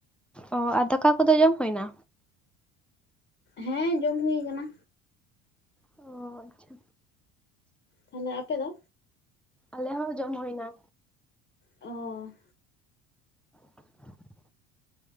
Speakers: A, in the centre; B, on the left.
A: ᱚ ᱟᱨ ᱫᱟᱠᱟ ᱠᱚᱫᱚ ᱡᱚᱢ ᱦᱩᱭ ᱮᱱᱟ?
B: ᱦᱮᱸ ᱡᱚᱢ ᱦᱩᱭ ᱟᱠᱟᱱᱟ᱾
A: ᱚ ᱟᱪᱪᱷᱟ᱾
B: ᱛᱟᱦᱚᱞᱮ ᱟᱯᱮ ᱫᱚ?
A: ᱟᱞᱮ ᱦᱚᱸ ᱡᱚᱢ ᱦᱩᱭ ᱮᱱᱟ᱾
B: ᱚ
A: <inaudible>